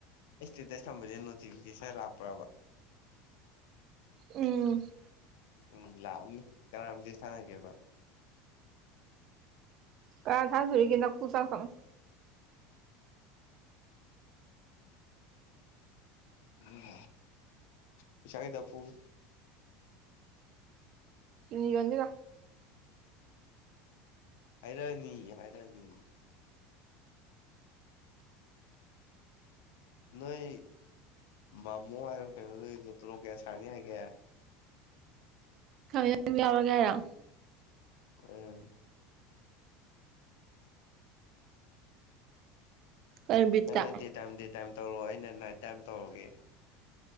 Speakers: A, on the left (about 80°); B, on the right (about 45°).
A: ꯑꯩ ꯏꯁꯇꯦꯇꯥꯁ ꯊꯝꯕꯁꯦ ꯅꯣꯇꯤꯐꯤꯀꯦꯁꯟ ꯂꯥꯛꯄ꯭ꯔꯥꯕ
B: ꯎꯝ
A: ꯎꯝ ꯂꯥꯛꯑꯝꯅꯤ ꯀꯅꯥ ꯃꯦꯁꯦꯁ ꯊꯥꯅꯥꯒꯦꯕ
B: ꯀꯥꯠ ꯀꯥꯅꯥ ꯊꯅꯥꯗꯧꯔꯤꯒꯦ ꯅꯥꯀꯣꯛ ꯆꯥꯛꯂꯛꯀꯥꯅꯣ
A: ꯎꯝ ꯄꯩꯁꯥꯈꯤꯇꯥ ꯄꯨꯒꯦ
B: ꯀꯤꯠꯅꯤ ꯌꯣꯟꯒꯦ ꯂꯥꯎ
A: ꯍꯥꯏꯔꯛꯑꯅꯤ ꯍꯥꯏꯔꯛꯑꯅꯤ ꯅꯣꯏ ꯃꯃꯣ ꯍꯥꯏꯕꯔꯥ ꯀꯩꯅꯣ ꯅꯣꯏ ꯊꯣꯂꯣꯞ ꯀꯥꯌꯥ ꯁꯥꯅꯤ ꯍꯥꯏꯒꯦ
B: ꯈꯥ ꯅꯪ ꯌꯥꯎꯔꯒꯦ ꯍꯥꯏꯔꯣ
A: ꯎꯝ
B: ꯀꯩ ꯕꯤꯠꯇ
A: ꯅꯪꯅ ꯗꯦ ꯇꯥꯢꯝ ꯗꯦ ꯇꯥꯢꯝ ꯇꯧꯔꯣ ꯑꯩꯅ ꯅꯥꯏꯠ ꯇꯥꯏꯝ ꯇꯧꯔꯒꯦ